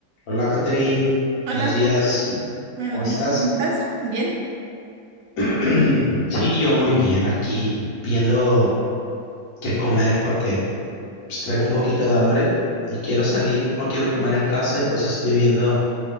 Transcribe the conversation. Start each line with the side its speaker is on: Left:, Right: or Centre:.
Left: Hola, Catherine.
Right: Hola,
Left: Buenos días.
Right: buenos
Left: ¿Cómo estás?
Right: días, ¿cómo estás? Bien.
Left: <clears throat> Sí, yo muy bien aquí, viendo qué comer porque pues, traigo un poquito de hambre y quiero salir. No quiero comer en casa y pues estoy viendo,